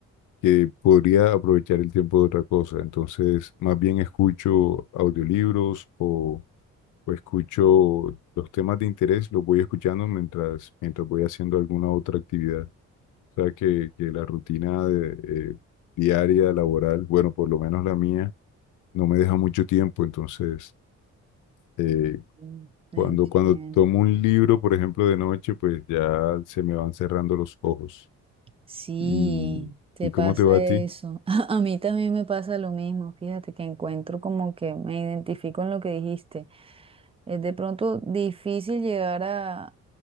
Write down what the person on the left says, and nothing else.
que podría aprovechar el tiempo de otra cosa. Entonces, más bien escucho audiolibros o, o escucho los temas de interés, los voy escuchando mientras, mientras voy haciendo alguna otra actividad. O sea, que, que la rutina de, eh, diaria, laboral, bueno, por lo menos la mía no me deja mucho tiempo, entonces eh,
cuando, cuando tomo un libro, por ejemplo, de noche, pues ya se me van cerrando los ojos.
¿Y,
y cómo
te va a
ti?